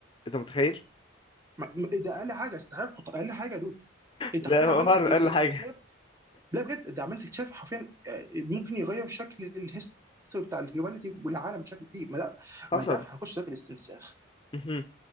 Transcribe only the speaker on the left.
انت متخيل
لا
هو
هار-
اقل حاجة
حصل
مهم.